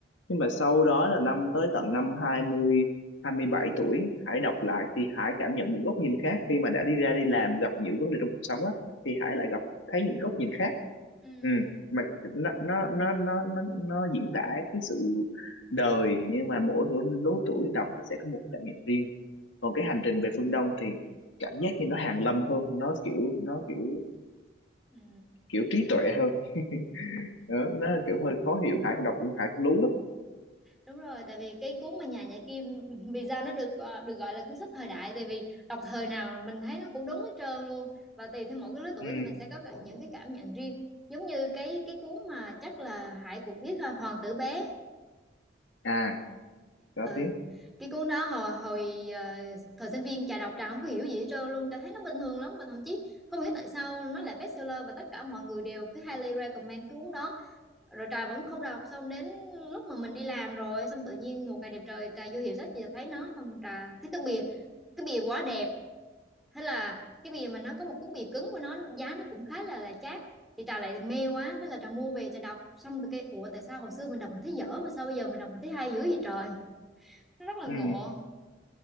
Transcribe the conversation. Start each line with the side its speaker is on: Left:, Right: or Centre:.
Left: nhưng mà sau đó là năm tới tận năm hai hai mươi hai mươi bảy tuổi hãy đọc lại thì hãy cảm nhận một góc nhìn khác khi mà đã đi ra đi làm gặp những vấn đề trong cuộc sống á thì hãy lại gặp thấy những góc nhìn khác
Centre: ừ
Left: ừ mà nó nó nó nó nó, nó diễn tả cái sự đời nhưng mà mỗi lứa, lứa tuổi đọc nó sẽ có một cảm nhận riêng còn cái hành trình về phương Đông thì cảm giác như nó hàn lâm hơn nó kiểu nó kiểu
Centre: ừ ừ
Left: kiểu trí tuệ hơn <laughs> đó, nó kiểu hơi khó hiểu Hải đọc cũng Hải cũng lú lắm
Centre: Đúng rồi, tại vì cái cuốn mà Nhà Nhã Kim <laughs> vì sao nó được ờ, được gọi là cuốn sách thời đại tại vì đọc thời nào mình thấy nó cũng đúng hết trơn luôn và tùy theo mỗi cái lứa tuổi
Left: ừ.
Centre: thì mình sẽ có cả- những cái cảm nhận riêng. Giống như cái cái cuốn mà chắc là Hải cũng biết ha, Hoàng tử bé.
Left: à có
Centre: Ừ.
Left: biết
Centre: Cái cuốn đó hồi hồi ờ, thời sinh viên trà đọc trà không có hiểu gì hết trơn luôn, trà thấy nó bình thường lắm và thậm chí không hiểu tại sao nó lại bestseller và tất cả mọi người đều cứ highly recommend cái cuốn đó rồi Trà vẫn không đọc xong đến lúc mà mình đi làm rồi xong tự nhiên một ngày đẹp trời Trà vô hiệu sách thì thấy nó xong Trà thấy cái bìa cái bìa quá đẹp thế là cái bìa mà nó có một cuốn bìa cứng của nó giá nó cũng khá là là chát thì Trà lại mê quá thế là Trà mua về Trà đọc xong rồi cái ủa tại sao hồi xưa mình đọc mình thấy dở mà sao bây giờ mình đọc mình thấy hay dữ vậy trời nó rất là
Left: ừ.
Centre: ngộ